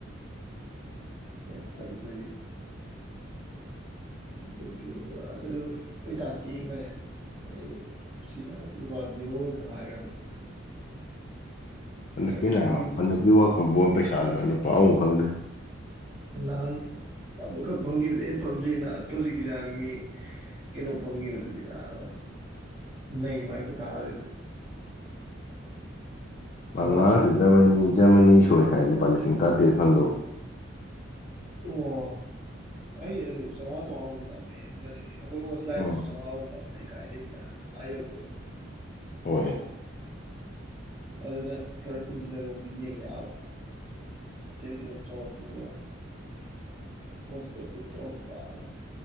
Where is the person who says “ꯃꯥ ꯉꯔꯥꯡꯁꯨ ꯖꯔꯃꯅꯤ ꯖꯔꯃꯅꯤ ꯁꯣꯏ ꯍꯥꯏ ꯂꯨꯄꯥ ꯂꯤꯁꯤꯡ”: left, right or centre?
Left